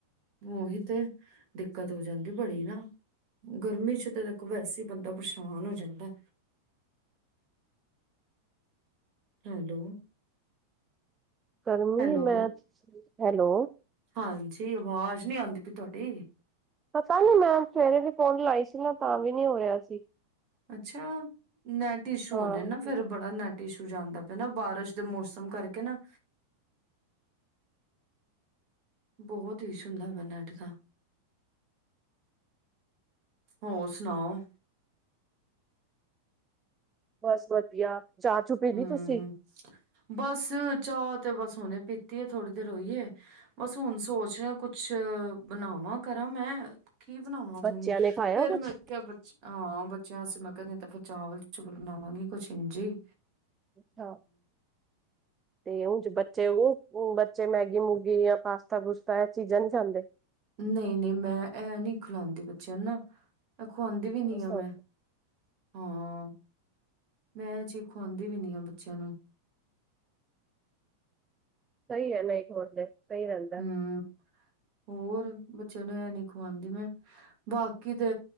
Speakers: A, on the right; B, on the right.
A: ਉਹੀ ਤੇ, ਦਿੱਕਤ ਹੋ ਜਾਂਦੀ ਬੜੀ ਨਾ। ਗਰਮੀ 'ਚ ਤਾਂ ਵੇਖੋ, ਵੈਸੇ ਈ ਬੰਦਾ ਪ੍ਰੇਸ਼ਾਨ ਹੋ ਜਾਂਦਾ। ਹੈਲੋ।
B: ਕਰਨੀ
A: ਹੈਲੋ
B: ਆ ਮੈਚ, ਹੈਲੋ।
A: ਹਾਂਜੀ, ਆਵਾਜ਼ ਨੀ ਆਂਦੀ ਪਈ ਤੁਵਾਡੀ।
B: ਪਤਾ ਨੀ ਮੈਮ, ਸਵੇਰੇ ਵੀ ਕੋਲ਼ ਲਾਈ ਸੀ ਮੈਂ। ਤਾਵੀ ਨੀ ਹੋ ਰਿਹਾ ਸੀ।
A: ਅੱਛਾ‌। ਨੈਟ ਇਸ਼ੂ
B: ਹਾਂ
A: ਹੋਣੇ ਨਾ ਫਿਰ ਬੜਾ ਨੈਟ ਇਸ਼ੂ ਜਾਂਦਾ ਪਿਆ ਨਾ। ਬਾਰਿਸ਼ ਦੇ ਮੌਸਮ ਕਰਕੇ ਨਾ। ਬਹੁਤ ਇਸ਼ੂ ਹੁੰਦਾ ਵਾ ਨੈੱਟ ਦਾ। ਹੋਰ ਸੁਣਾਓ?
B: ਬਸ ਵਧੀਆ। ਚਾਹ ਚੂ ਪੀ
A: ਹੂੰ-ਹੂੰ,
B: ਲਈ ਤੁਸੀਂ
A: ਬਸ ਚਾਹ ਤੇ ਬਸ ਹੁਣੇ ਪੀਤੀ ਐ, ਥੋੜ੍ਹੀ ਦੇਰ ਹੋਈ ਏ। ਬਸ ਹੁਣ ਸੋਚ ਰਹੇ ਕੁਛ, ਬਣਾਵਾਂ ਕਰਾਂ ਮੈਂ। ਕੀ ਬਣਾਵਾਂ
B: ਬੱਚਿਆਂ
A: ਹੁਣ।
B: ਨੇ ਖਾਇਆ
A: ਫੇਰ
B: ਕੁਛ
A: ਮੈਂ ਕਿਹਾ ਬੱਚੇ ਹਾਂ, ਬੱਚਿਆਂ ਵਾਸਤੇ ਮੈਂ ਕਿਹਾ ਨਹੀਂ ਤਾਂ ਫਿਰ ਚਾਵਲ-ਚੂਵਲ ਬਣਾਵਾਂਗੀ। ਕੁਛ ਇੰਜ ਈ
B: ਅੱਛਾਂ। ਤੇ ਹੁਣ ਜੋ ਬੱਚੇ ਉਹ। ਹੁਣ ਬੱਚੇ ਮੈਗੀ-ਮੂਗੀ ਜਾਂ ਪਾਸਤਾ- ਪੂਸਤਾ ਇਹ ਚੀਜ਼ਾਂ ਨੀ ਖਾਂਦੇ।
A: ਨਹੀਂ-ਨਹੀਂ ਮੈਂ ਇਹ ਨੀ ਖਿਲਾਂਦੀ ਬੱਚਿਆਂ ਨਾ। ਖੁਵਾਂਦੀ ਵੀ ਨੀ
B: ਅੱਛਾ,
A: ਆ ਮੈਂ। ਹਾਂ, ਮੈ ਇਹ ਚੀਜ਼ ਖਵਾਂਦੀ ਵੀ ਨੀ ਆ ਬੱਚਿਆਂ ਨੂੰ।
B: ਸਹੀ ਰਹਿੰਦਾ ਇਸ ਵਾਸਤੇ ਸਹੀ ਰਹਿੰਦਾ।
A: ਹੂੰ ਹੋਰ ਬੱਚਿਆਂ ਨੂੰ ਐ ਨੀ ਖਵਾਉਂਦੀ ਮੈਂ। ਬਾਕੀ ਤੇ